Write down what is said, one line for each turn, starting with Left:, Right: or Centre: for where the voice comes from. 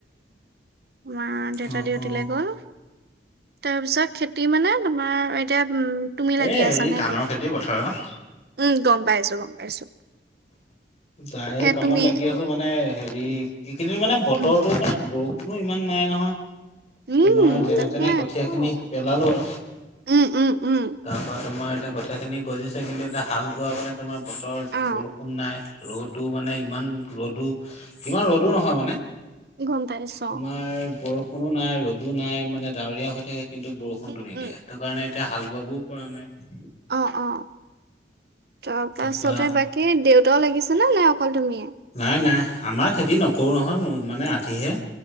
Right: মা দেউতা
Left: অ
Right: ডিউটিলৈ
Left: অ
Right: গ'ল। তাৰপিছত খেতি মানে তোমাৰ এতিয়া উম তুমি লাগি
Left: এ হেৰি
Right: আছা নে
Left: ধানৰ
Right: কি
Left: খেতি পথাৰৰ
Right: উম গম পাইছোা পাইছো।
Left: তাই
Right: সেই
Left: কামত
Right: তুমি
Left: লাগি আছে মানে, হেৰি এইকেইদিন মানে বতৰটো
Right: উম
Left: মানে বৰষুন কোন ইমান নাই নহয়
Right: উম
Left: তোমাৰ যেনে
Right: তাকে
Left: তেনে কঠীয়া খিনি পেলালো আৰু,
Right: উম উম উম
Left: তাৰ পৰা তোমাৰ গথা খিনি গজিছে কিন্তু এতি হাল বোৱা বলে তোমাৰ বতৰ
Right: অ
Left: বৰষুণ নাই, ৰ'দো মানে ইমান ৰ'দো ইমান ৰ'দো নহয় মানে।
Right: গম পাইছো
Left: তোমাৰ বৰষুণো নাই ৰ'দো নাই মানে ডাৱৰীয়া হৈ থাকে কিন্তু বৰষুণতটো
Right: উম
Left: নিদিয়ে,
Right: উম
Left: হেইতু কাৰণে এতিয়া হাল বোৱাবও পৰা নাই।
Right: অ', অ', তাৰপাছতে
Left: তাৰপা
Right: বাকী দেউতাও লাগিছে। নাই অকল তুমিয়ে?
Left: নাই, নাই আমাৰ খেতি নকৰোঁ নহয়। মোৰ মানে আধিহে।